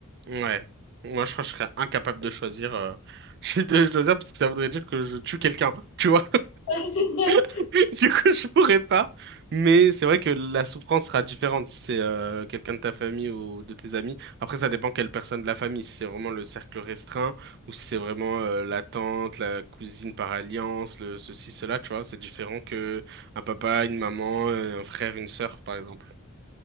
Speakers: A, on the right (about 50°); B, on the left (about 60°).
A: Ouais. Moi, je crois que je serais incapable de choisir. Euh... <laughs> Je suis de choisir parce que ça voudrait dire que je tue quelqu'un, tu vois.
B: Ouais, c'est vrai.
A: <laughs> Du coup, je pourrais pas. Mais c'est vrai que la souffrance sera différente si c'est euh, quelqu'un de ta famille ou de tes amis. Après, ça dépend quelle personne de la famille. Si c'est vraiment le cercle restreint ou si c'est vraiment euh, la tante, la cousine par alliance, le ceci, cela, tu vois. C'est différent que un papa, une maman, euh, un frère, une sœur, par exemple.